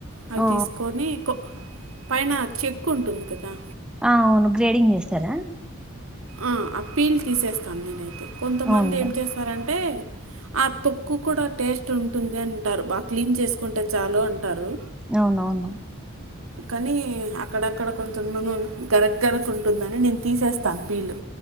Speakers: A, on the right (about 80°); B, in the centre.
A: అవి
B: ఆ
A: తీసుకొని కో పైన చెక్ ఉంటుంది కదా
B: ఆ అవును గ్రేడింగ్ చేస్తదా
A: ఆ ఆ పీల్ తీసేస్తాను నేనైతే కొంతమంది
B: అవునులే
A: ఏం చేస్తారంటే ఆ తొక్కు కూడా టేస్ట్ ఉంటుంది అంటారు, బాగా క్లీన్ చేసుకుంటే చాలు అంటారు.
B: అవునవున్
A: కానీ అక్కడక్కడ కొంచెం నునున్ గరం గరక్ ఉంటుందని నేను తీసేస్తా పీలు